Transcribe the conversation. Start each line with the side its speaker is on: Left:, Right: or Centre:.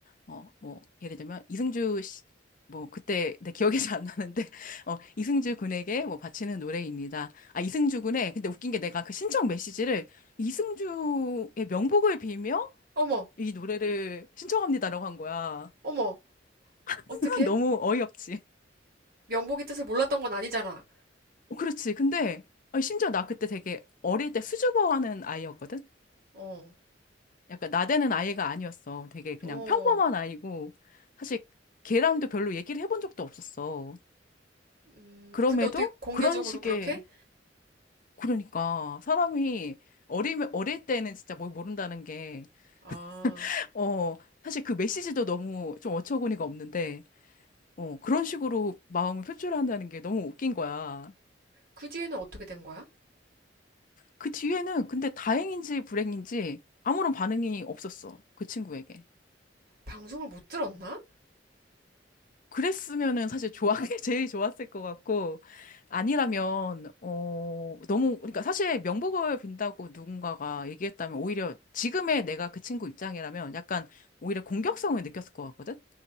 Left: 어 뭐 예를 들면 이승주 씨, 뭐 그때 내 기억이 잘 안 나는데 <laughs> 어 이승주 군에게 뭐 바치는 노래입니다. 아 이승주 군의 근데 웃긴 게 내가 그 신청 메시지를 이승주의 명복을 빌며
Right: 어머,
Left: 이 노래를 신청합니다라고 한 거야.
Right: 어머,
Left: <laughs>
Right: 어떻게?
Left: 너무 어이없지.
Right: 명복이 뜻을 몰랐던 건 아니잖아.
Left: 어, 그렇지. 근데 아니, 심지어 나 그때 되게 어릴 때 수줍어하는 아이였거든.
Right: 어,
Left: 약간 나대는 아이가 아니었어. 되게 그냥
Right: 어.
Left: 평범한 아이고 사실 걔랑도 별로 얘기를 해본 적도 없었어.
Right: 음,
Left: 그럼에도
Right: 근데 어떻게 공개적으로
Left: 그런 식의
Right: 그렇게?
Left: 그러니까 사람이 어리 어릴 때는 진짜 뭘 모른다는 게
Right: 아,
Left: <laughs> 어, 사실 그 메시지도 너무 좀 어처구니가 없는데 어, 그런 식으로 마음을 표출한다는 게 너무 웃긴 거야.
Right: 그 뒤에는 어떻게 된 거야?
Left: 그 뒤에는 근데 다행인지 불행인지 아무런 반응이 없었어. 그 친구에게.
Right: 방송을 못 들었나?
Left: 그랬으면은 사실 좋아, <laughs> 제일 좋았을 것 같고, 아니라면, 어, 너무, 그러니까 사실 명복을 빈다고 누군가가 얘기했다면 오히려 지금의 내가 그 친구 입장이라면 약간 오히려 공격성을 느꼈을 것 같거든?